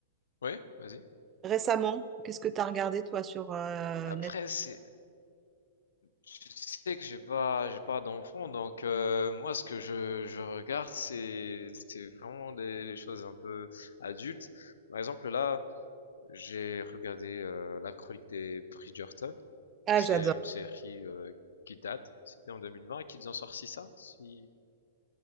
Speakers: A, on the left; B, on the right.
A: oui, vas-y.
B: Récemment, qu'est-ce que tu as regardé toi sur euh,
A: Après,
B: Netflix?
A: c'est je sais que j'ai pas j'ai pas d'enfant, donc euh, moi ce que je je regarde, c'est c'est vraiment des, des choses un peu adultes. Par exemple, là, j'ai regardé euh, La Chronique des Bridgerton.
B: Ah,
A: C'est
B: j'adore.
A: une série euh, qui date. C'était en 2020 qu'ils ont sorti ça, si